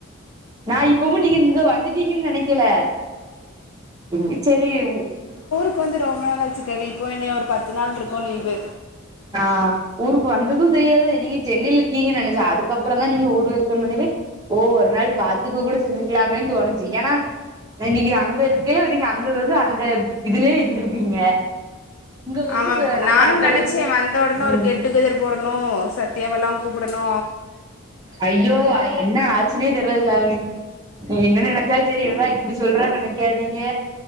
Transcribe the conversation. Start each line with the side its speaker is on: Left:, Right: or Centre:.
Right: நா இப்பும் நீங்க இங்க வந்துட்டீங்கன்னு நெனைக்கல ங்குச் செரி உ
Left: க்கு வந்து ரொம்ப நாள் ஆச்சுக்கவி இப்போ இன்னியோட பத்து நாள் ருக்கோ லீவு
Right: ஆ ஊருக்கு வந்தது தெரியாது நீங்க சென்னில இருக்கீங்கன்னு நெனைச்ச அதுக்கப்புற தா நீங்க ஊர்ல இருக்கன் னொன்னவே ஓ அதனா ல் பாத்துக்க கூட செஞ்சுக்கலாமேன் தோணுச்சு ஏனா இன்னைக்கு அங்க இருக்கைய்லே நீங்க அங்கருந்து அந்த இதுலே இருந்திருப்பீங்க இங்க வந்து
Left: ஆமா
Right: இப்ப நம்ம
Left: நானு
Right: அகாடமி
Left: நினைச்சே வந்த உடனே ஒரு
Right: ம்
Left: கெட் டு கெதர் போடணு சத்தியாவெல்லா கூப்பிடணு
Right: ஐயோ என்ன ஆச்சினே தெர்ல சாலினி நீ என்ன நெனைச்சால் சேரி என்னடா இப்டி சொல்ற நெனைக்காதீங்க